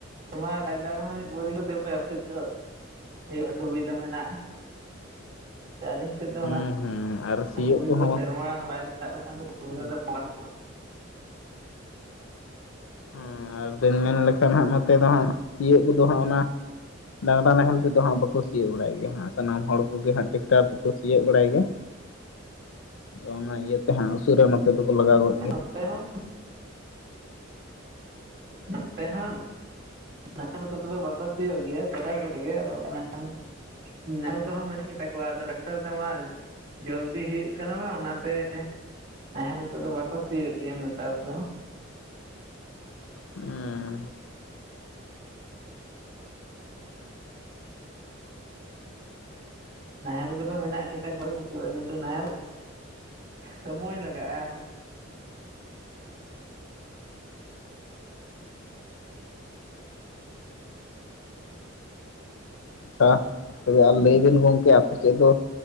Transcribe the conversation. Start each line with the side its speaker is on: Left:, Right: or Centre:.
Right: ᱛᱚᱸᱵᱟ ᱵᱟᱭ ᱫᱟᱜ ᱨᱮᱦᱚᱸ ᱵᱩᱨᱤᱝ ᱛᱮᱯᱮ ᱟᱯᱮ ᱥᱮᱫ ᱫᱚ ᱦᱩᱭᱩᱜᱼᱟ ᱥᱩᱵᱤᱫᱷᱟ ᱢᱮᱱᱟᱜᱼᱟ᱾ ᱡᱮ ᱟᱹᱞᱤᱧ ᱥᱮᱫ ᱫᱚ
Left: ᱦᱩᱸ
Right: ᱚᱱᱟ
Left: ᱦᱩᱸ ᱟᱨ ᱥᱤᱭᱳᱜ
Right: ᱥᱩᱵᱤᱫᱟ
Left: ᱠᱚᱦᱚᱸ
Right: ᱫᱚ ᱥᱮᱨᱢᱟ ᱵᱟᱭ ᱫᱟᱜ ᱞᱮᱠᱷᱟᱱ ᱫᱚ ᱥᱩᱵᱤᱫᱟ
Left: ᱦᱮᱸ
Right: ᱫᱚ ᱵᱟᱹᱱᱩᱜᱼᱟ
Left: ᱦᱩᱸ ᱟᱨ ᱵᱮᱱ ᱢᱮᱱ ᱞᱮᱠᱷᱟᱱ ᱦᱟᱸᱜ ᱱᱚᱛᱮ ᱫᱚ ᱦᱟᱸᱜ ᱥᱤᱭᱳᱜ ᱠᱚᱫᱚ ᱦᱟᱸᱜ ᱚᱱᱟ ᱰᱟᱝᱨᱟ ᱱᱟᱦᱮᱞ ᱛᱮᱫᱚ ᱦᱟᱸᱜ ᱵᱟᱠᱚ ᱥᱤᱭᱳᱜ ᱵᱟᱲᱟᱭ ᱜᱮᱭᱟ ᱦᱟᱸᱜ᱾ ᱥᱟᱱᱟᱢ ᱦᱚᱲ ᱠᱚᱜᱮ ᱦᱟᱸᱜ ᱴᱮᱠᱴᱟᱨ ᱛᱮᱠᱚ ᱥᱤᱭᱳᱜ ᱵᱟᱲᱟᱭ ᱜᱮᱭᱟ, ᱟᱫᱚ ᱤᱭᱟᱹ ᱛᱮ ᱦᱟᱸᱜ ᱥᱩᱨ ᱨᱮ ᱱᱚᱛᱮ ᱫᱚ ᱠᱚ ᱞᱟᱜᱟᱣ ᱜᱚᱫ ᱜᱮᱭᱟ᱾
Right: ᱱᱚᱛᱮ ᱦᱚᱸ ᱱᱚᱛᱮ ᱦᱚᱸ, <inaudible> ᱢᱮᱱᱠᱷᱟᱱ ᱱᱟᱦᱮᱞ ᱠᱚ ᱦᱚᱸ ᱢᱮᱱᱟᱜ ᱜᱮᱛᱟ ᱠᱚᱣᱟ ᱟᱫᱚ ᱴᱟᱠᱴᱟᱨ ᱛᱮᱢᱟ ᱡᱚᱞᱫᱤ ᱦᱩᱭᱩᱜ ᱠᱟᱱᱟ ᱵᱟᱝ ᱚᱱᱟ ᱛᱮ, ᱱᱟᱦᱮᱞ ᱛᱮ ᱫᱚ ᱵᱟᱠᱚ ᱥᱤᱭᱳᱜ ᱜᱮᱭᱟ ᱱᱮᱛᱟᱨ ᱫᱚ ᱾
Left: ᱦᱩᱸ,
Right: ᱱᱟᱦᱮᱞ ᱠᱚ ᱫᱚ ᱢᱮᱱᱟᱜ ᱜᱮᱛᱟ ᱠᱚᱣᱟ ᱠᱤᱪᱷᱩ ᱦᱚᱲᱟᱜ ᱠᱤᱱᱛᱩ ᱱᱟᱦᱮᱞ, ᱥᱚᱢᱚᱭ ᱞᱟᱜᱟᱜᱼᱟ᱾
Left: ᱟᱪᱪᱷᱟ, ᱛᱚᱵᱮ ᱟᱨ ᱞᱟᱹᱭ ᱵᱤᱱ ᱜᱚᱢᱠᱮ ᱟᱯᱮ ᱥᱮᱫ ᱫᱚ,